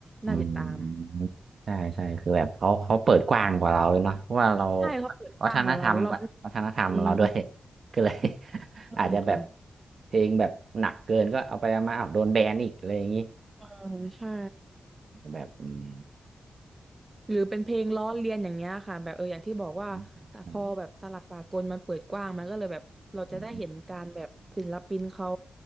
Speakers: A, on the right; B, on the right.
A: อื
B: น่าติดตาม
A: มใช่ใช่คือแบบเขาเขาเปิดกว้างกว่าเราเนาะเพราะว่าเรา
B: ใช่เขาเปิดกว้างกว่าเราเราเป็น
A: วัฒนธรรมกับวัฒนธรรมเราด้วย
B: อืม
A: <laughs> ก็เลย
B: ใช่ค่ะ
A: อาจจะแบบเพลงแบบหนักเกินก็เอาไปเอามาอ้าวโดนแบนอีกอะไรอย่างนี้
B: เออใช่
A: แบบอืม
B: หรือเป็นเพลงล้อเลียนอย่างเงี้ยค่ะแบบเอออย่างที่บอกว่าแต่พอแบบตลาดสากลมันเปิดกว้างมันก็เลยแบบเราจะได้เห็นการแบบศิลปินเขา
A: อืมอืม